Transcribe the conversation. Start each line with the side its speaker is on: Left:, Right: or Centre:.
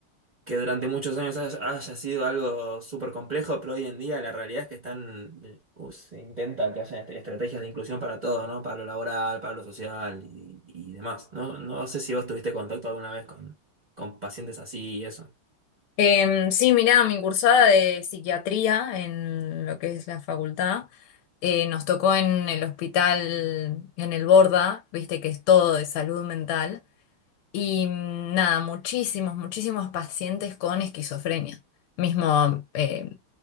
Right: que durante muchos años has- haya sido algo súper complejo, pero hoy en día la realidad es que están, eh, uh, se intenta que haya est- estrategias de inclusión para todo, ¿no? Para lo laboral, para lo social y, y demás. No, no sé si vos tuviste contacto alguna vez con, con pacientes así y eso.
Left: Em, sí, mirá, mi cursada de psiquiatría en lo que es la facultad, eh, nos tocó en el hospital, en el Borda, viste que es todo de salud mental, y mm, nada, muchísimos, muchísimos pacientes con esquizofrenia. Mismo, eh,